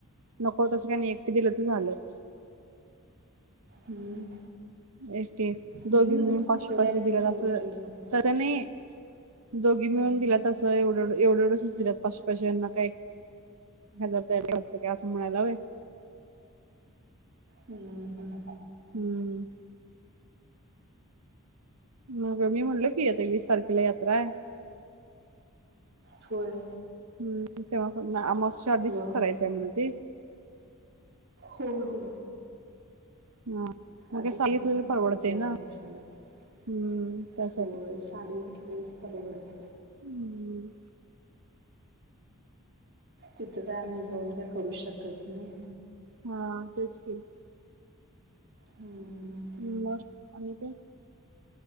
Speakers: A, on the right (about 85°); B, on the right (about 50°).
A: नको तसं काय एकटे दिलं तर झालं
B: हम्म
A: एक
B: हं,
A: दोघी मिळून पाचशे
B: तुला
A: पाशे
B: एकटीला
A: दिल्यात
B: लोड
A: असं
B: घ्यायला नको.
A: त्या नाही दोघी
B: हं,
A: मिळून दिला तसं एवढं एवढं एवढ सुच दिात पाचशे पैशना काही हजार तयारीत काय असं म्हणायला हव
B: हं, हं.
A: हम्म मग मी म्हटल की यता वीस तारखेला यात्रा आहे
B: होय,
A: हम्म तेव्हा आम आधीच
B: मग
A: करायचंय म्हण ते
B: हो हो
A: हा मग
B: अधिक
A: हे सांगितलेलं
B: मेनात
A: परवडतय
B: संपतो या
A: ना
B: मावश्यालाो
A: हम्म त्यासाठी
B: साडे वस परवडत
A: हम्म
B: तिथं काय आम्ही जाऊन काय करू शकत नाही
A: हा तेच क
B: हं,
A: ह् बस् अनेक